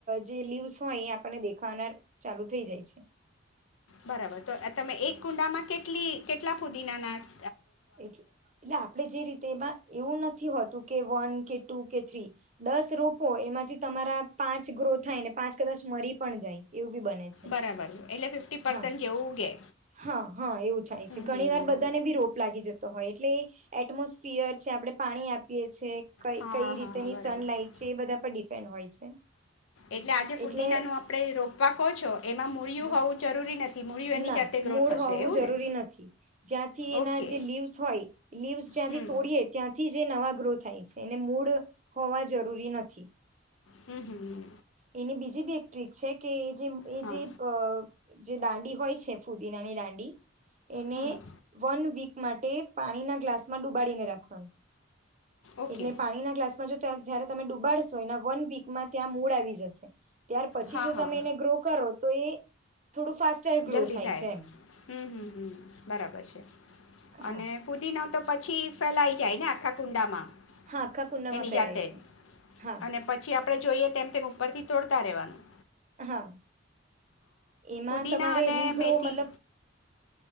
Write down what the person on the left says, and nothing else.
બરાબર તો તમે એક કુંડામાં કેટલી કેટલા ફુદીના નાશ
બરાબર એટલે ફિફ્ટી પર્સન્ટ
જેવું ઉગે
હમ
હમ.
હા
હા હા
બરાબર
એટલે આજે ફુદીનાનું
આપડે રોપવા કહો છો એમાં મૂળિયું
હોવું જરૂરી નથી. મૂળિયું એની
જાતે ગ્રો
થશે
એવું
ને
ઓકે
હમ હમ
હમ્મ. હમ્મ.
હા
હમ
ઓકે
હા
હા
જલ્દી થાય
હમ્મ હમ્મ બરાબર છે અને
ફૂદીનો તો પછી પછી ફેલાઈ જાય ને આખા કુંડામાં.
એની
જાતે
જ
અને પછી આપણે જોઈએ તેમ તેમ ઉપરથી તોડતા રહેવાનું
ફૂદીના
અને
મેથી